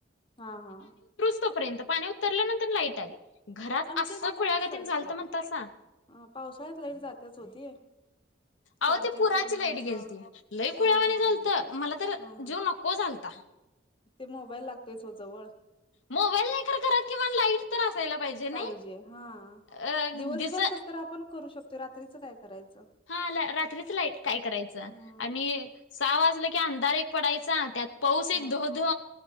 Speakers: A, on the left (about 30°); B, on the left (about 75°).
A: हा हा.
B: तोपर्यंत पाणी उतरल्यानंतर लाईट आली. घरात
A: आमच्या
B: अस्स
A: इथं
B: खुळ्यागतीन
A: पण तसं असतंय
B: झालत म्हणतासा.
A: अ पावसाळ्यात लाईट जात्याच ओ ती
B: अ
A: चार्जिंग
B: वो ते पुराची
A: करण्याचं
B: लईट गेलती. लई खोळ्यावानो
A: पुराची लाईट
B: झालत.
A: गेलती
B: मला तर
A: हा हा
B: जीव नको झालता.
A: ते मोबाईल लागतोयच ओ जवळ.
B: मोबाईल नाही खरं घरात किमान लाईट तर असायला पाहिजे. नाही.
A: पाहिजे हा
B: अ
A: दिवसभर
B: दिस
A: कस तर आपण करू शकतोय. रात्रीचं काय करायचं?
B: हा ला रात्रीच लाईट काय करायचं?
A: हा
B: आणि सहा वाजलं की अंधार एक पडायचा त्यात पाऊस एक
A: हा
B: धो धो